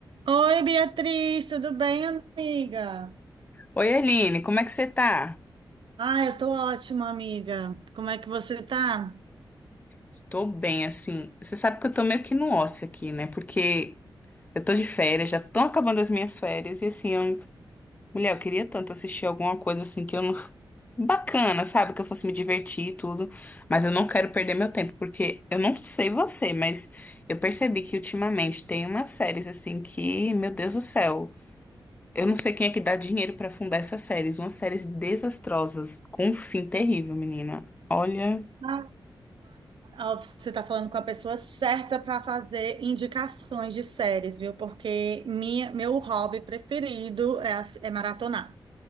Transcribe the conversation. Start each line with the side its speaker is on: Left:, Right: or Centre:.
Right: Oi, Beatriz, tudo bem, amiga?
Left: Oi, Aline, como é que você tá?
Right: Ah, eu tô ótima, amiga. Como é que você tá?
Left: Estou bem, assim. Você sabe que eu tô meio que no ócio aqui, né? Porque eu tô de férias, já estão acabando as minhas férias, e assim, eu... mulher, eu queria tanto assistir alguma coisa assim que eu não. <laughs> Bacana, sabe? Que eu fosse me divertir e tudo. Mas eu não quero perder meu tempo, porque eu não sei você, mas eu percebi que ultimamente tem umas séries assim que, meu Deus do céu. Eu não sei quem é que dá dinheiro pra fundar essas séries. Umas séries desastrosas, com um fim terrível, menina. Olha.
Right: Ah, Ó, ó, você tá falando com a pessoa certa para fazer indicações de séries, viu? Porque minha, meu hobby preferido é, ass- é maratonar.